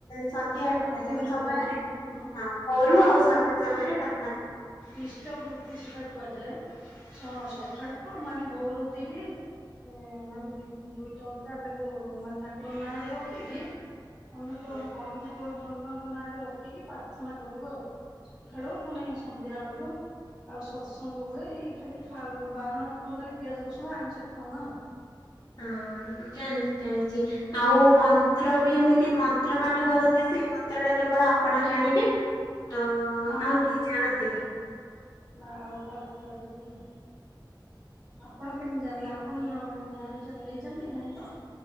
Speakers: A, on the left; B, in the centre.
A: ସନ୍ଧ୍ୟା
B: ହଁ ଭୋରୁ
A: ସମୟରେ
B: ଭୋରୁ ଭୋରୁ
A: ମୋରୁ
B: ନାଇଁ
A: ଆଉ ସନ୍ଧ୍ୟା ସମୟରେ ନା
B: ଇଷ୍ଟ ବୃତ୍ତି ସେଟା କୁହାଯାଏ
A: କରିଥାଏ।
B: ସକାଳୁ ମାନେ ଭୋର ଉଠିକି ହ ମାନେ ଦୁଇ ଟଙ୍କା ତାକୁ ମାନେ ଠାକୁରଙ୍କ ନାଁରେ ରଖିକି ଅନୁ
A: ଆଜ୍ଞା।
B: ଅନୁକୂଳ ଚନ୍ଦ୍ରଙ୍କ ନାଁରେ ରଖିକି ପ୍ରାର୍ଥନା କରିବ ଆଉ। ସକାଳୁ ପୁଣି ସନ୍ଧ୍ୟା ବେଳକୁ। ଆଉ ସତସଙ୍ଗ ହୁଏ। ଏଇ ଖାଲି ଖାଉ ବାରଣ କରୁ ଖାଲି ପିଆଜ ରସୁଣ ଆଇଁଷ ଟା ଖାଉନ ଆଉ।
A: ହୁଁ ଜାଣିଛିି ଜାଣିଛି ଆଉ ମନ୍ତ୍ର ବି ଏମିତି ମ ମନ୍ତ୍ର ପାଠ
B: ହୁଁ
A: କରନ୍ତି ସେଇ ମନ୍ତ୍ର ଟା କେବଳ ଆପଣ ଜାଣିବେ। ତ
B: ହଁ
A: ଆଉ କେହି
B: ଜାଣିବୁ
A: ଜାଣନ୍ତିନି।
B: ଆମେ ନା ଆଉ କାହା କୁହାଯାଏନି ଆଉ। ଆପଣ କେମିତି ଜାଣିଲେ ଆପଣ ଜାଣି ନେଇଛନ୍ତି ନାହିଁ ତ।